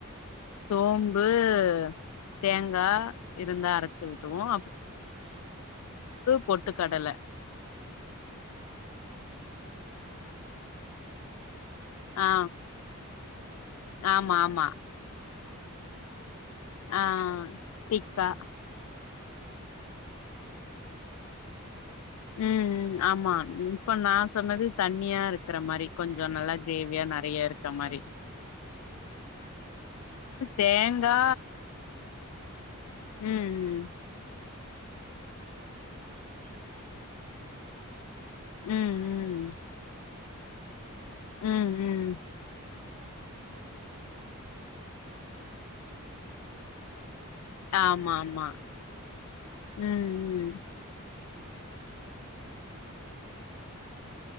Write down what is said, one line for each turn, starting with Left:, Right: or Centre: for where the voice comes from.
Right: ம்.
Left: சோம்பு ப்பு தேங்கா இருந்தா அரைச்சு ஊத்துவோம்
Right: ச் நீங்க நா வந்ட்டு
Left: பொட்டுக்கடல
Right: கெட்டியா நீங்க குரு குருமா மாத்திரி வன்ட்டு கொஞ்ச ப் ச் லைட்ட தண்ணி மா து வச்சு
Left: ஆ
Right: சாப்பிடுவிங் ஹஆ நா வன்ட்டுகெட்டியாகொஞ்சோ
Left: ஆமா ஆமா
Right: சட்னி பதத்துக்கு அந்த மாரி ஸ் தப்பிடுவோம்
Left: ஆ திக்கா
Right: அதே தண்ணியாவு ஆமா தண்ணியாவு வச் ச்சு சாப்பிறாங்
Left: ம்ம் ஆம்மா இப்ப நா சொன்னது தண்ணியா இருக் க்கற மாரி கொஞ்ச
Right: ம்,
Left: நல்லா கிரேவியா நெறைய இருக் தமாரி
Right: ஹா நாங்கவன்ட்டு நாலு பேரு
Left: தேங்கா
Right: தானே நானு ஹா
Left: உம் உம்
Right: நானு வீட்டுகார்ரு பசங்க பசங்க
Left: ம்
Right: லைட்டா
Left: ம்
Right: தா சாப்புடுவாங்க எங்களுகு வன்ட்டு அது
Left: ம்
Right: மீந்துரோ
Left: ம்
Right: நா அது மீதி ஆசினா கெட்ரோ காலையில டைம் உருளைக்கிழுங்காலம் ப், ச் போயிடும் இல்லிங்ளா பத்தண்ணி உருளக்கிழங்ல்லாம்
Left: ஆமா ஆமா
Right: அது நல்லா
Left: ம்
Right: சமை இல்ல தக்காளி சட்னி அந்த மாதிரி அப்படின்னா